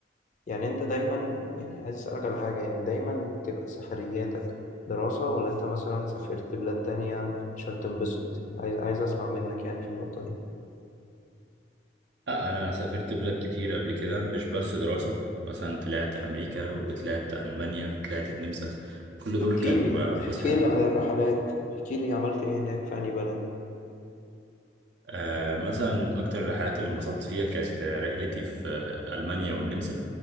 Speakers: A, on the left; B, on the right.
A: يعني انت دايما يعني عايز اسألك على حاجة يعني دايما بتبقى سفرياتك دراسة ولا انت مثلا سافرت بلاد تانية عشان تنبسط عايز عايز اسمع منك يعني في النقطة دي
B: لا انا سافرت بلاد كتير قبل كده مش بس دراسه مثلا طلعت امريكا وطلعت المانيا طلعت النمسا كل دول
A: احكي
B: كانوا
A: لي
B: آه، فسحه
A: احكي لي عن الرحلات احكي لي عملت ايه هناك في أي بلد
B: آه، مثلا من اكتر الرحلات اللي انبسطت فيها كانت آه، رحلتي في آه، المانيا والنمسا